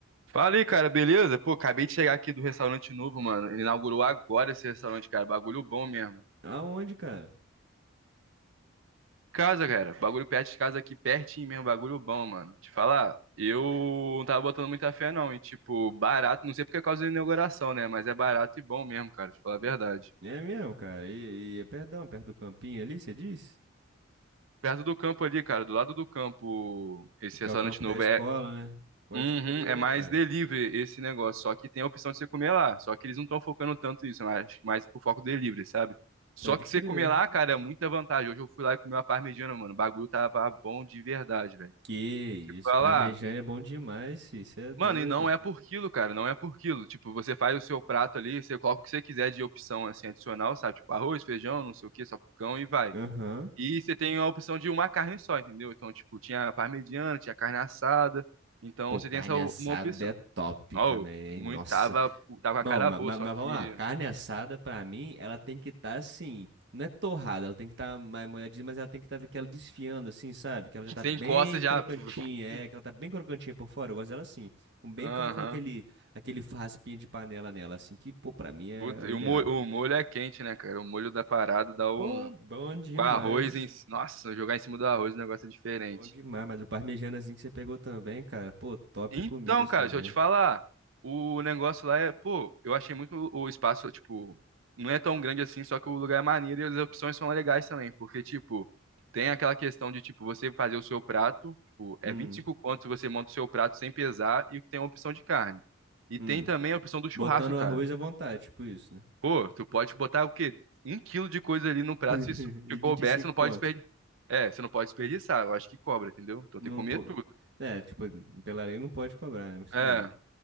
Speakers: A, on the right; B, on the right.
A: Fala aí, cara, beleza? Pô, acabei de chegar aqui do restaurante novo, mano. Ele inaugurou agora esse restaurante, cara. Bagulho bom mesmo.
B: Aonde, cara?
A: Casa, cara. Bagulho perto de casa aqui, pertinho mesmo. Bagulho bom, mano. Te falar, eu não tava botando muita fé, não. E, tipo, barato. Não sei porque é causa da inauguração, né? Mas é barato e bom mesmo, cara. Te falar a verdade.
B: É é mesmo, cara. E, e é perdão, perto do campinho ali, você diz?
A: Perto do campo ali, cara. Do lado do campo, esse
B: Que
A: restaurante
B: é o campo
A: novo.
B: da escola,
A: é
B: né? Pode
A: Uhum,
B: crer,
A: é mais
B: cara.
A: delivery esse negócio, só que tem a opção de você comer lá. Só que eles não estão focando tanto nisso, mas acho que mais por foco delivery, sabe? Só
B: Pode
A: que
B: crer.
A: você comer lá, cara, é muita vantagem. Hoje eu fui lá e comi uma parmegiana, mano. O bagulho tava bom de verdade, velho.
B: Que
A: E tipo,
B: isso,
A: falar,
B: parmegiana é bom demais, fi. Você é doido.
A: mano, e não é por quilo, cara, não é por quilo. Tipo, você faz o seu prato ali, você coloca o que você quiser de opção assim adicional, sabe? Tipo, arroz, feijão, não sei o que, salpicão e vai.
B: Aham.
A: E você tem a opção de uma carne só, entendeu? Então, tipo, tinha parmegiana, tinha carne assada. Então,
B: Pô,
A: você
B: carne
A: tem essa uma
B: assada
A: opção.
B: é top
A: Oh,
B: também,
A: muito,
B: hein? Nossa
A: tava, tava
B: Não,
A: com a cara
B: mas,
A: boa,
B: mas,
A: só
B: vamos
A: que
B: lá. Carne assada, pra mim, ela tem que estar assim. Não é torrada, ela tem que estar mais molhadinha, mas ela tem que estar aquela desfiando, assim, sabe? Que ela já tá
A: sem
B: bem
A: encosta já.
B: crocantinha,
A: <laughs>
B: é, que ela tá bem crocantinha por fora. Eu gosto dela assim, com bem
A: Aham.
B: com, com aquele, aquele raspinha de panela nela, assim, que, pô, pra mim é
A: Puta,
B: o
A: e
B: ideal.
A: o, mo- o molho é quente, né, cara? O molho da parada dá um.
B: Pô, bom demais.
A: Com arroz em. Nossa, jogar em cima do arroz, o negócio é diferente.
B: Bom demais, mas o parmejanazinho que você pegou também, cara, pô, top
A: Então,
B: comidas
A: cara,
B: também.
A: deixa eu te falar. O negócio lá é, pô, eu achei muito o o espaço, tipo, não é tão grande assim, só que o lugar é maneiro e as opções são legais também, porque, tipo, tem aquela questão de, tipo, você fazer o seu prato, tipo, é
B: Hum,
A: 25 conto se você monta o seu prato sem pesar e tem a opção de carne. E
B: hum.
A: tem também a opção do churrasco,
B: Botando
A: cara.
B: arroz à vontade, tipo isso, né?
A: Pô, tu pode botar o quê? Um quilo de coisa ali no prato,
B: <laughs>
A: se, isso- se
B: E
A: couber,
B: vinte e cinco
A: você não
B: conto.
A: pode desperdiçar. É, você não pode desperdiçar, eu acho que cobra, entendeu? Então
B: Não,
A: tem que comer
B: po-
A: tudo.
B: é, tipo, pela lei não pode cobrar, né? Mas
A: É.
B: tudo bem.